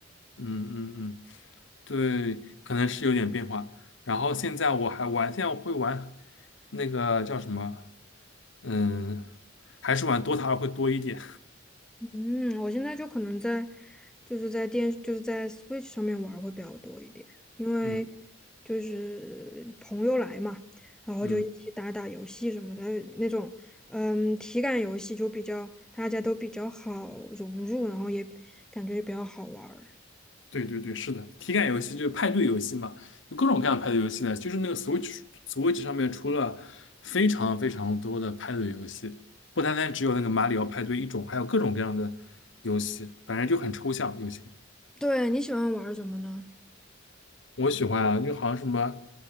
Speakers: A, on the left (about 70°); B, in the centre.
A: 嗯嗯嗯对，可能是有点变化。然后现在我还玩，现在我会玩那个叫什么？嗯，还是玩 DOTA 会多一点。
B: 嗯，我现在就可能在，就是在电，就是在 Switch 上面玩儿会比较多一点，因为
A: 嗯
B: 就是朋友来嘛，然后就一起打打游戏什么的那种，
A: 嗯，
B: 嗯，体感游戏就比较大家都比较好融入，然后也感觉也比较好玩儿。
A: 对对对，是的，体感游戏就是派对游戏嘛，有各种各样的派对游戏呢。就是那个 Switch Switch 上面出了非常非常多的派对游戏，不单单只有那个马里奥派对一种，还有各种各样的游戏，反正就很抽象有些。
B: 对，你喜欢玩儿什么呢？
A: 我喜欢啊，就好像什么。